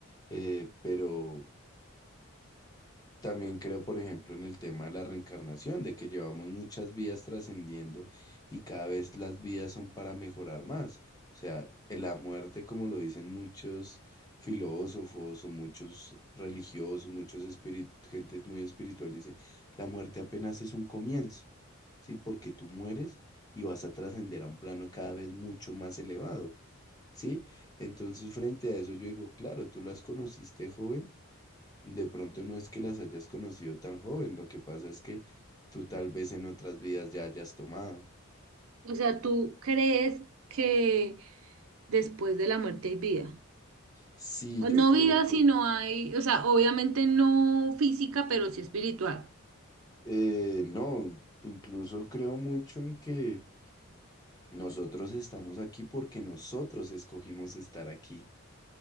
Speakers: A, on the left; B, on the right.
A: eh, pero... También creo, por ejemplo, en el tema de la reencarnación, de que llevamos muchas vidas trascendiendo y cada vez las vidas son para mejorar más. O sea, en la muerte, como lo dicen muchos filósofos o muchos religiosos, muchos espíritus, gente muy espiritual, dice, la muerte apenas es un comienzo, ¿sí? Porque tú mueres y vas a trascender a un plano cada vez mucho más elevado, ¿sí? Entonces, frente a eso, yo digo, claro, tú las conociste joven de pronto no es que las hayas conocido tan joven, lo que pasa es que tú tal vez en otras vidas ya hayas tomado.
B: o sea, ¿tú crees que después de la muerte hay vida?
A: Sí, yo
B: O No
A: creo
B: vida,
A: que
B: sino hay, o sea, obviamente no física, pero sí espiritual.
A: eh, no, incluso creo mucho en que nosotros estamos aquí porque nosotros escogimos estar aquí.